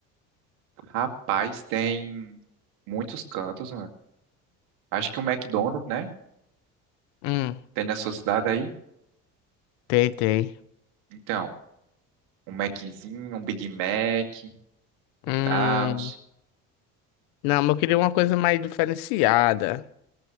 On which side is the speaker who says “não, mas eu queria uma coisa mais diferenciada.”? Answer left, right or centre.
Left